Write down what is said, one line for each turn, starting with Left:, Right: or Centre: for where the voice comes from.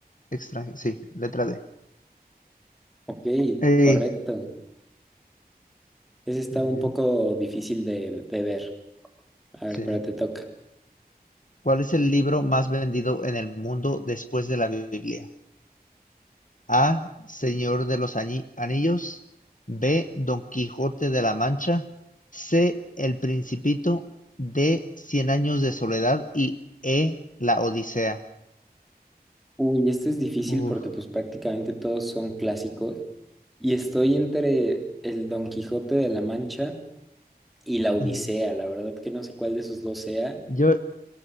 Left: extranjera. Sí, letra D.
Centre: Ok,
Left: Ey,
Centre: correcto. Ese está
Left: muy
Centre: un
Left: bien,
Centre: poco difícil de, de ver. A ver,
Left: sí.
Centre: pero te toca.
Left: ¿Cuál es el libro más vendido en el mundo después de la Biblia? A. Señor de los Anillos, B. Don Quijote de la Mancha, C. El Principito, D. Cien Años de Soledad y E. La Odisea.
Centre: Uy, esto es difícil
Left: Uf,
Centre: porque pues prácticamente todos son clásicos y estoy entre el Don Quijote de la Mancha y la Odisea.
Left: ujú.
Centre: La verdad que no sé cuál de esos dos sea.
Left: Yo,